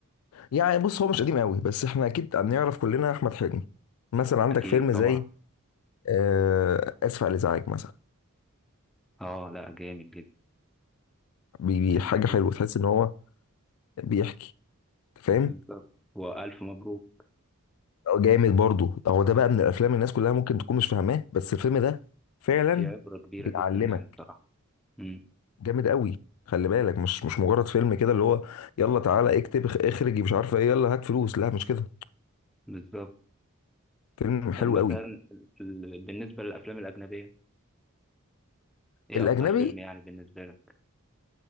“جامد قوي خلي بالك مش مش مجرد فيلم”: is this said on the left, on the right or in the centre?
Left